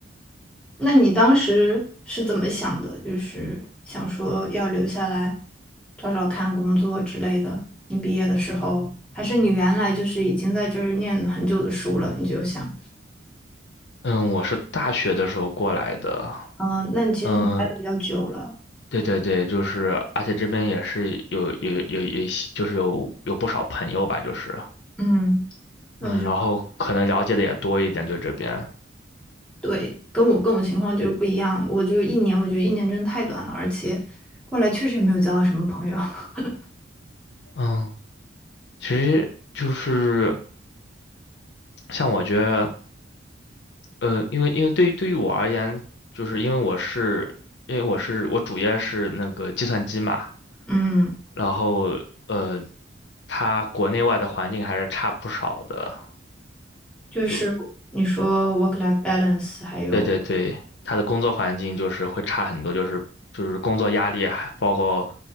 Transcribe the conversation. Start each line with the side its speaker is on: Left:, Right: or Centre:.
Centre: 那你当时是怎么想的？就是想说要留下来找找看工作之类的。你毕业的时候，还是你原来就是已经在这儿念了很久的书了，你就想，
Left: 嗯，我是大学的时候过来的，
Centre: 嗯、那其实你待的比较久了，
Left: 嗯，对对对，就是，而且这边也是有有有有，就是有有不少朋友吧，就是，
Centre: 嗯，那我就
Left: 嗯，然后可能了解的也多一点，对这边，
Centre: 对，跟我跟我情况就不一样，我就一年，我觉得一年真的太短了，而且过来确实也没有交到什么朋友，<laughs>
Left: 嗯，其实就是像我觉得，呃，因为因为对对于我而言，就是因为我是因为我是我主业是那个计算机嘛，
Centre: 嗯，
Left: 然后呃，它国内外的环境还是差不少的。
Centre: 就是你说
Left: 就。
Centre: work life balance，还有。
Left: 对对对，他的工作环境就是会差很多，就是就是工作压力，还包括